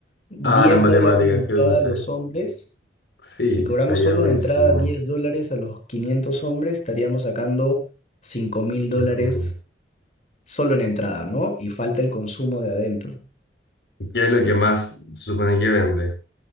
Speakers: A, on the left (about 40°); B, on the left (about 75°).
A: 10
B: Ah, las matemáticas,
A: dólares de entrada
B: qué dulce.
A: a los hombres,
B: Sí,
A: si cobramos
B: estaría
A: solo
B: buenísimo.
A: de entrada 10 dólares a los 500 hombres, estaríamos sacando cinco mil dólares
B: ¿Quién come?
A: solo en entrada, ¿no? Y falta el consumo de adentro.
B: ¿Qué es lo que más se supone que vende?